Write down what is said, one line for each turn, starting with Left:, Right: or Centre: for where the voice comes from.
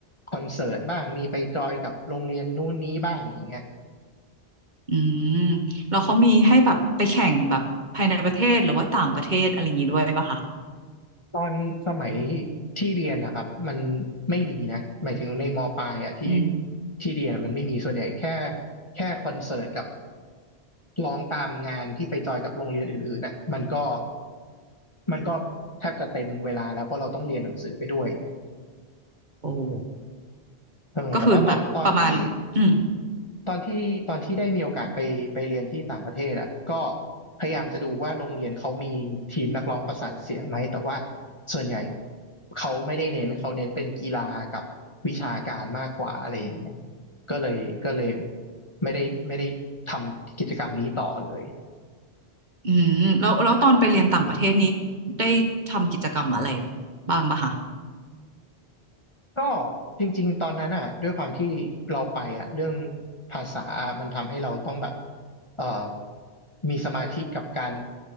Left: คอนเสิร์ตบ้างมีไปจอยกับโรงเรียนนู้นนี้บ้างอย่างเงี้ย
Right: อืมแล้วเขามีให้แบบไปแข่งแบบภายในประเทศหรือว่าต่างประเทศอะไรอย่างนี้ด้วยป่ะคะ
Left: ตอนสมัยที่เรียนนะครับมันไม่มีนะหมายถึงในมปลายอ่ะที่
Right: อืม
Left: ที่เรียนอะมันไม่มีส่วนใหญ่แค่แค่คอนเสิร์ตกับร้องตามงานที่ไปจอยกับโรงเรียนอื่นๆนะมันก็มันก็แทบจะเต็มเวลาแล้วเพราะเราต้องเรียนหนังสือไปด้วยเนี่ย
Right: โอ้โห
Left: เออแต่ว่าตอนตอนที่
Right: ก็คือแบบประมาณอืม
Left: ตอนที่ตอนที่ได้มีโอกาสไปไปเรียนที่ต่างประเทศอ่ะก็พยายามจะดูว่าโรงเรียนเขามีทีมนักร้องประสานเสียงไหมแต่ว่าส่วนใหญ่เขาไม่ได้เน้นเขาเน้นเป็นกีฬากับวิชาการมากกว่าอะไรอย่างเงี้ยก็เลยก็เลยไม่ได้ไม่ได้ทำกิจกรรมนี้ต่อเลย
Right: อืมแล้วแล้วตอนไปเรียนต่างประเทศนี้ได้ทำกิจกรรมอะไรบ้างป่ะคะ
Left: ก็จริงๆตอนนั้นอ่ะด้วยความที่เราไปอ่ะเรื่องภาษาอะมันทำให้เราต้องแบบเอ่อมีสมาธิกับการ